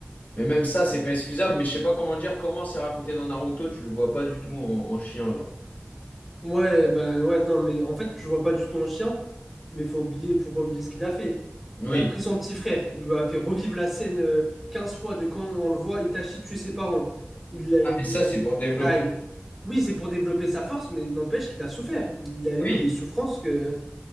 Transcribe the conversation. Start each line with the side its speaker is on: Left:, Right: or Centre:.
Left: Mais même ça, c'est pas excusable, mais je sais pas comment dire, comment c'est raconté dans Naruto, tu le vois pas du tout en, en chien, genre.
Centre: Ouais, ben ouais, non, mais en fait, je vois pas du tout un chien, mais faut oublier, faut pas oublier ce qu'il a fait.
Left: Oui.
Centre: Il a pris son petit frère, il lui a fait revivre la scène euh, 15 fois de quand on le voit Itachi tuer ses parents. Il a, il-
Left: Ah, mais ça, c'est pour développer.
Centre: ah, il- Oui, c'est pour développer sa force, mais n'empêche qu'il a souffert. Il a eu
Left: Oui.
Centre: des souffrances que